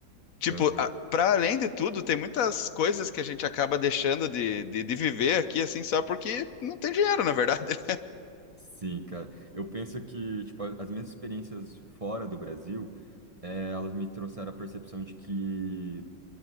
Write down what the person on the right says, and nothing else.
aham.
Sim, cara. Eu penso que, tipo, as minhas experiências fora do Brasil, eh, elas me trouxeram a percepção de que